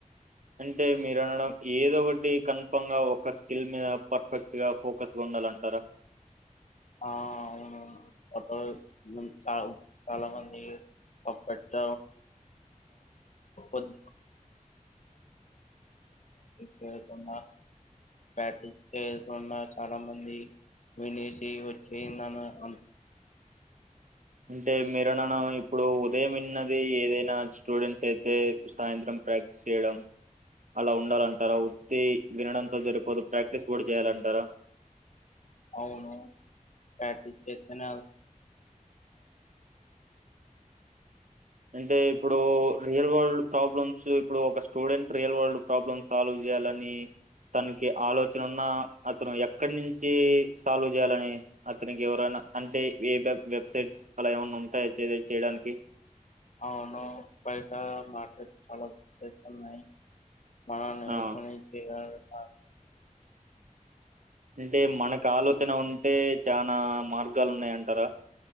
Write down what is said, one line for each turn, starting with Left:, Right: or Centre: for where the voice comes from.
Right: అంటే మీరు అనడం ఏదో ఒకటి కన్ఫామ్ గా ఒక స్కిల్ మీద పర్ఫెక్ట్గా ఫోకస్గా ఉండాలంటారా
Left: ఆ అవును ఫటో చ చాలా మంది ఒకక్కట్ ఉద్ చేయకుండా ప్రటీస్ చేయకుండా చాలా మంది వి చే వచ్చి నన్న అంత
Right: అంటే మీరనను ఇప్పుడు ఉదయంన్నది ఏదైనా స్టూడెంట్స్ అయితే సాయంత్రం ప్రాక్టీస్ చేయడం అలా ఉండాలంటారా ఒత్తి వినడంతో సరిపోదు ప్రాక్టీస్ కూడా చేయాలంటారా
Left: అవును పటి చతన
Right: అంటే ఇప్పుడు రియల్ వరల్డ్ ప్రాబ్లమ్స్ ఇప్పుడు ఒక student real world problem solve చేయాలని తనకి ఆలోచన ఉన్నా అతను ఎక్కడి నుంచి సాల్వ్ చేయాలని అతనికి ఎవరైనా అంటే ఏ వెబ్సైట్స్ అలా ఏమన్నా ఉంటాయా చేయడానికి
Left: అవును బయట మార్కెట్ చాలా గుతున్నాయి మ న
Right: ఆ
Left: ఏషనించి ఆ
Right: అంటే మనకు ఆలోచన ఉంటే చనా మార్గాలు ఉన్నాయంటారా